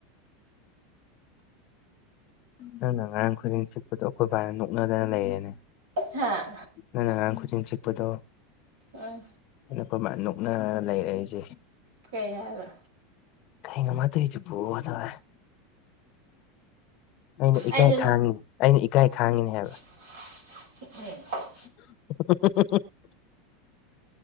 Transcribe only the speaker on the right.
ꯍꯥꯥ
ꯑꯥ
ꯀꯩ ꯍꯥꯏꯕ
ꯑꯩꯗꯨ
<unintelligible>